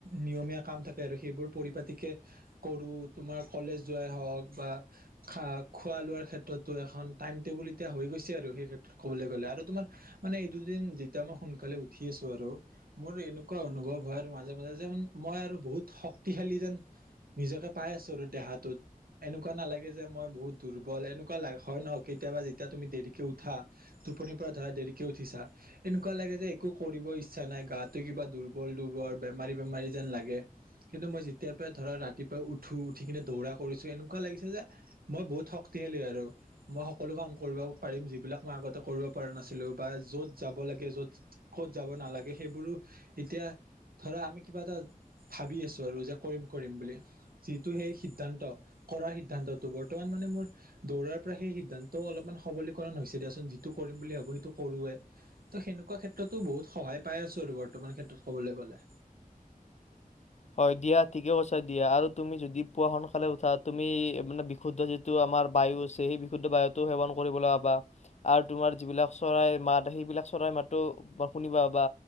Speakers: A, on the right; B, on the left.
A: নিয়মীয়া কাম থাকে আৰু সেইবোৰ পৰিপাটিকে কৰো তোমাৰ কলেজ যোৱাই হওঁক বা খা খোৱা লোৱাৰ ক্ষেত্ৰতো এখন টাইম টেবুল এতিয়া হৈ গৈছে আৰু সেই ক্ষেত্ৰত। ক'বলে গ'লে আৰু তোমাৰ মানে এই দুদিন যেতিয়া মই সোনকালে উঠি আছো আৰু মোৰ এনেকুৱা অনুভৱ হয় আৰু মাজে মাজে যেন মই আৰু বহুত শক্তিশালী যেন নিজকে পাই আছো আৰু দেহাটোত এনেকুৱা নালাগে যে মই বহুত দুৰ্বল এনেকুৱা লা হয় নহয় কেতিয়াবা যেতিয়া তুমি দেৰিকে উঠা টোপনিৰ পৰা ধৰা দেৰিকে উঠিছা এনেকুৱা লাগে যে একো কৰিব ইচ্ছা নাই গা টো কিবা দুৰ্বল দুৰ্বল, বেমাৰী বেমাৰী যেন লাগে কিন্তু মই যেতিয়াৰ পৰাই ধৰা ৰাতিপুৱাই উঠো উঠি কিনে দৌৰা কৰিছো এনেকুৱা লাগিছে যে মই বহুত শক্তিশালী আৰু মই সকলো কাম কৰিব পাৰিম যিবিলাক মই আগতে কৰিব পৰা নাছিলো বা য'ত যাব লাগে য'ত ক'ত যাব নালাগে সেইবোৰো এতিয়া ধৰা আমি কিবা এটা ভাবি আছো আৰু যে কৰিম কৰিম বুলি যিটো সেই সিদ্ধান্ত কৰাৰ সিদ্ধান্তটো বৰ্তমান মানে মোৰ দৌৰাৰ পৰা সেই সিদ্ধান্ত অলপমান সবলীকৰণ হৈছে দিয়াচোন যিটো কৰিম বুলি ভাবো সেইটো কোৰোৱে ত' সেনেকুৱা ক্ষেত্ৰতো বহুত সহায় পাই আছো আৰু বৰ্তমান ক্ষেত্ৰত কবলে গ'লে
B: হয় দিয়া ঠিকে কৈছা দিয়া আৰু তুমি যদি পুৱা সোনকালে উঠা তুমি মানে বিশুদ্ধি যিটো আমাৰ বায়ু আছে সেই বিশুদ্ধ বায়ুটো সেৱন কৰিবলৈ পাৱা আৰু তোমাৰ যিবিলাক চৰাইৰ মাত, সেইবিলাক চৰাই মাতো শুনিবা বা